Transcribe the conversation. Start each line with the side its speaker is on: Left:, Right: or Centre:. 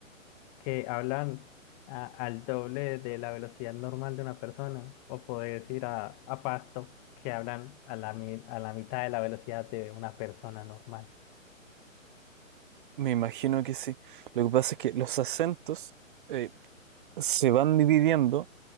Left: que hablan a- al doble de la velocidad normal de una persona, o puedes ir a, a Pasto que hablan a la, mi- a la mitad de la velocidad de una persona normal.
Right: Me imagino que sí. Lo que pasa es que los acentos eh, se van dividiendo